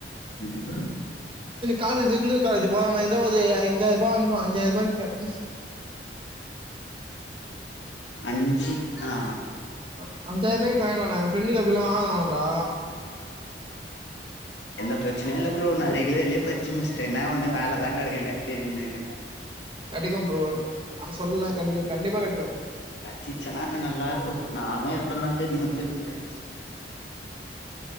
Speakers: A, on the left (about 80°); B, on the right (about 30°).
A: <unintelligible>
B: காலேஜ் ரெகுலர் காலேஜூ போவாம இந்தா ஒது அஞ்சாயிர்பா வாய்ங்லா அஞ்சாயிர்பா கிட்ட <inaudible>
A: அஞ்சி ஆ
B: அ அஞ்சாயிரபாய் கிட்ட வாங்கிடுவானா ஏ ஃப்ரெண்டுக்கு அப்டிதா வாங்கலாமான்டா
A: எந்த பிரச்சனையு இல்ல ப்ரோ நா ரெகுலர்லியே பச்சு முஸ்ட என்னா ஒன்னு வேலதா கெடைக்கல தேடினுகிற
B: கெடைக்கு ப்ரோ நான் சொல்லல கிடைக்கும் கண்டிப்பா கிடைக்கும்
A: கெச்சிச்சுனா நல்லாருக்கு நானு எத்தன் நாள் தெரிமா தேடி நெர்ப்ஸ்